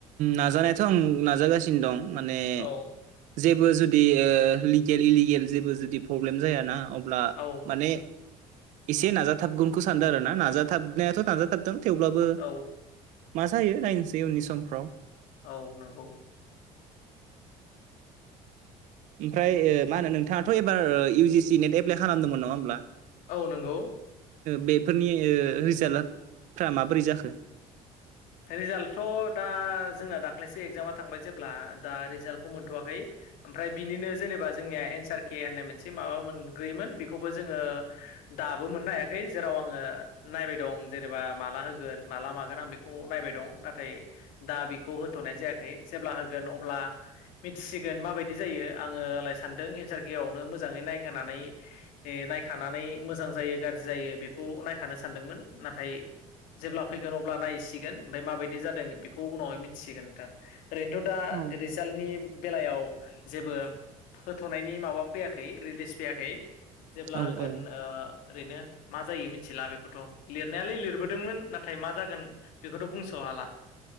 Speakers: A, on the right (about 65°); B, on the left (about 80°).
A: नाजानायाथ' आं नाजागासिनो दं माने
B: औ
A: जेबो जुदि लिगेल इलिगेल जेबो जुदि प्रब्लेम जायाना अब्ला
B: औ।
A: ने एसे नाजाथाबगुनखौ सानदों आरो ना नाजाथाबनायाथ' नाजाथाबदों थेवब्लाबो
B: औ
A: मा जायो नायनोसै उननि समफ्राव।
B: औ नंगौ।
A: ओमफ्राय ओ मा होनो नोंथाङाथ' एबार इउजि सि नेट एप्लाइ खालामदोंमोन नङा होमब्ला?
B: औ नंगौ।
A: बेफोरनि ओ रिजाल्टफ्रा माबोरै जाखो?
B: रिजाल्टथ' दा जोंना दाख्लैसो एगजामा थांबाय जेब्ला दा रिजाल्टखौ मोनथ'वाखै। ओमफ्राय बिनिनो जेनेबा जोंनिया एनसार के होननाय मोनसे माबा मोनग्रयोमोन बेखौबो जोङो दाबो मोननो हायाखै, जेराव आङो नायबाय दं जेनेबा माला होगोन माला मागोन आं बे खौ नायबाय दं। नाथाय दा बेखौ होथ'नाय जायाखै जेब्ला होगोन अब्ला मिथिसिगोन माबायदि जायो आङोलाय सानदों एन्सार कियावनो मोजाङै नायगेनानै ए नायखानानै मोजां जायो गाज्रि जायो बेखौ नायखानो सानदोंमोन। नाथाय जेब्ला फैगोन अब्ला नायसि गोन ओमफाय माबायदि जादों बेखौ उनावहाय मिथिसिगोन नोंथां। ओरैनोथ' दा
A: औ
B: रि जाल्टनि बेलायाव जेबो होथ'नायनि माबा फैयाखै रिलिस फैयाखै जेब्ला
A: औ
B: होगोन
A: औ
B: ओ ओरैनो मा जायो मिथिला बेखौथ' लिरनायालाय लिरबोदोंमोन नाथाय मा जागोन बेखौथ' बुंस' हाला।